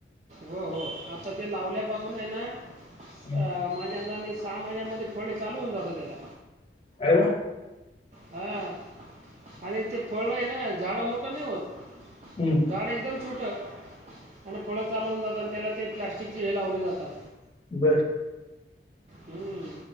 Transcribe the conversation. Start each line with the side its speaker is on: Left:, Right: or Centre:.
Right: हो हो, आता ते लावल्या पासून आहे ना,
Left: हम्म.
Right: माझ्या अंधाने सहा महिन्यामध्ये फळे चालू होऊन जातात त्याला.
Left: काव <unintelligible>
Right: हा, आणि ते फळ आहे ना झाड मोठं नाही होत.
Left: हम्.
Right: झाड एकदम छोटं, आणि फळं चालवून जातं आणि त्याला ते प्लॅस्टिकचे हे लावले जातात.
Left: बर.
Right: ह्,